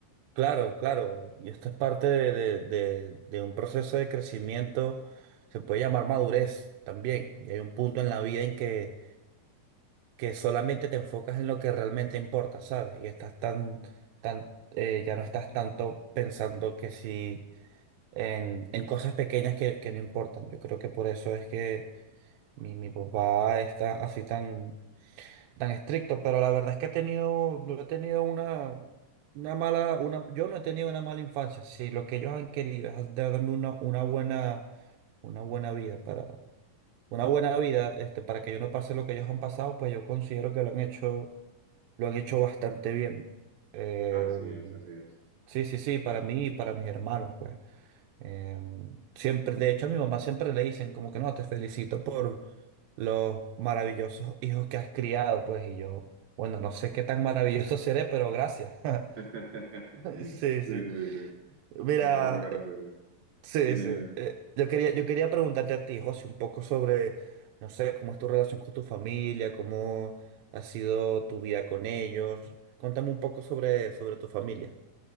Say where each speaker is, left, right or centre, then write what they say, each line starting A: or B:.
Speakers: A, on the right; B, on the right.
A: Claro, claro, y esto es parte de, de- de- de un proceso de crecimiento, se puede llamar madurez también, y hay un punto en la vida en que, que solamente te enfocas en lo que realmente importa, ¿sabes? Y estás tan, tan, eh, ya no estás tanto pensando que si en, en cosas pequeñas que, que no importan. Yo creo que por eso es que mi, mi papá está así tan tan estricto, pero la verdad es que he tenido, no he tenido una, una mala, una, yo no he tenido una mala infancia. Si lo que ellos han querido es darme una, una buena, una buena vida para, una buena vida, este, para que yo no pase lo que ellos han pasado, pues yo considero que lo han hecho, lo han hecho bastante bien. Eh,
B: Así es, así es.
A: sí, sí, sí, para mí y para mis hermanos, pues. Em, siempre, de hecho, a mi mamá siempre le dicen como que no, te felicito por los maravillosos hijos que has criado, pues, y yo, bueno, no sé qué tan maravilloso <laughs> seré, pero gracias. <laughs>
B: <laughs>
A: Sí,
B: Sí,
A: sí.
B: sí, sí.
A: Mira,
B: Es un poco gracioso.
A: eh, sí,
B: Dime,
A: sí.
B: dime.
A: Eh, yo quería, yo quería preguntarte a ti, José, un poco sobre, no sé, cómo es tu relación con tu familia, cómo ha sido tu vida con ellos. Cuéntame un poco sobre, sobre tu familia.